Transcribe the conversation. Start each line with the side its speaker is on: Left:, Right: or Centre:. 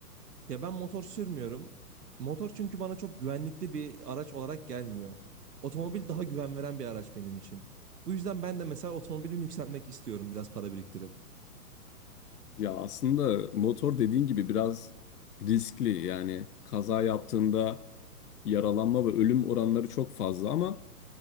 Right: Ya ben motor sürmüyorum. Motor çünkü bana çok güvenlikli bir araç olarak gelmiyor. Otomobil daha güven veren bir araç benim için. Bu yüzden ben de mesela otomobilimi yükseltmek istiyorum biraz para biriktirip.
Left: Ya aslında motor dediğin gibi biraz riskli. Yani kaza yaptığında yaralanma ve ölüm oranları çok fazla ama